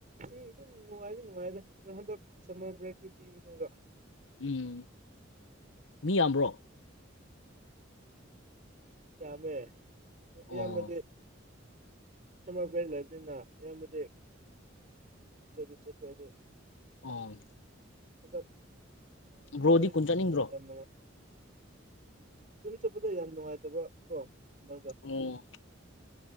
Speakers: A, on the right; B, on the left.
A: ꯎꯝ ꯑꯗꯨꯝ ꯅꯨꯡꯉꯥꯏꯗꯤ ꯅꯨꯡꯉꯥꯏꯗꯥ ꯑꯗꯣ ꯍꯟꯗꯛ ꯁꯝꯃꯔ ꯕ꯭ꯔꯦꯛꯇꯤ ꯄꯤꯕꯅꯦꯕ
B: ꯎꯝ ꯃꯤ ꯌꯥꯝꯕ꯭ꯔꯣ
A: ꯌꯥꯝꯃꯦ ꯑꯗꯨ
B: ꯑꯣ
A: ꯑꯌꯥꯝꯕꯗꯤ ꯁꯝꯃꯔ ꯕ꯭ꯔꯦꯛ ꯂꯩꯕꯅꯤꯅ ꯑꯌꯥꯝꯕꯗꯤ ꯆꯠꯇꯤ ꯆꯠꯈ꯭ꯔꯦ ꯑꯗꯨ
B: ꯑꯣ
A: ꯍꯟꯗꯛ ꯑ
B: ꯕ꯭ꯔꯣꯗꯤ
A: <unintelligible>
B: ꯈꯨꯟ ꯆꯠꯅꯤꯡꯗ꯭ꯔꯣ
A: ꯌꯥꯝ ꯅꯨꯡꯉꯥꯏ ꯌꯨꯝ ꯆꯠꯄꯗ ꯌꯥꯝ ꯅꯨꯡꯉꯥꯏꯇꯕꯀꯣ ꯅꯪꯒ
B: ꯎꯝ